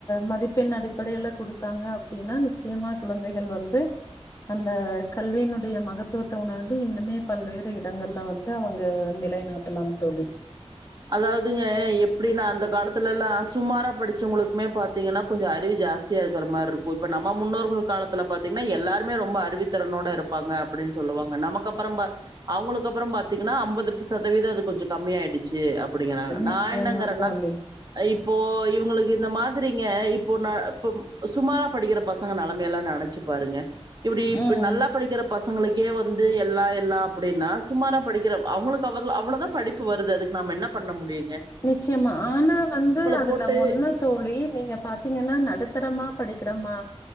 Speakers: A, on the left; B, on the right.
A: மதிபெண் அடிப்படையில குடுதாங்க அப்டினா நிச்சயமா குழந்தைகள் வந்து அந்த கல்வியினுடைய மகத்துவத உணர்ந்து இன்னுமே பல்வேறு இடங்கள்ல வந்து அவுங்க நிலைநாட்டலாம் தோழி
B: அதாவதுங்க எப்டினா அந்த காலத்தல்லா சுமாரா படிசவுங்களுகுமே பாத்தீங்கனா கொஞ்ச அறிவு ஜாஸ்தியா இருக்ற மாரி இருக்கு இப்ப நம்ம முன்னோர்கள் காலத்ல பாத்தீங்கனா எல்லாருமே ரொம்ப அறிவுதிறனோட இருப்பாங்க அப்டினு சொல்லுவாங்க நமக்கு அப்புற அவுங்களுக்கு அப்புற பாத்தீங்கனா அம்பது சதவீத அது கொஞ்சோ கம்மிய ஆயிச்சு செ அப் அப்டிங்கறாங்க நா
A: நிச்சயமா
B: என்னங்கறனா
A: தோழி
B: இப்ப இப்போ இவுங்களுக்கு இந்த மாதிரிங்க இப்போ ந இப்ப சுமாரா படிக்கிற பசங்க நெலமயெல்லா நெனச்சு பாருங்க இப்டி இப்ப
A: ம்
B: நல்லா படிக்கிற பச உங்களுக்கே வந்து எல்லா எல்லா அப்டின்னா சுமாரா படிக்கிற அவுங்களுக்கு அவ்வளதா படிப்பு வருது அது நாம என்ன பண்ண முடியு
A: நிச்சயமா ஆனா வந்து அதுல
B: போட்டு
A: ஒன்னு தோழி நீங்க பாத்தீங்கன்னா நடத்து உத்திரமா படிக்கிற மா